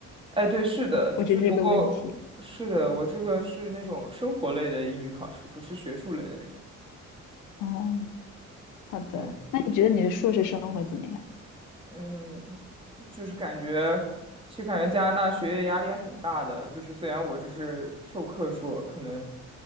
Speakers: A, on the right (about 15°); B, on the left (about 85°).
A: 哎，对，是的，
B: 我只是这个问题。
A: 就是不过，是的，我这个是那种生活类的英语考试，不是学术类的那种。
B: 哦，好的，
A: 对
B: 那你觉得你的硕士生活怎么样？
A: 嗯，就是感觉，其实感觉加拿大学业压力还挺大的。就是虽然我这是授课硕，可能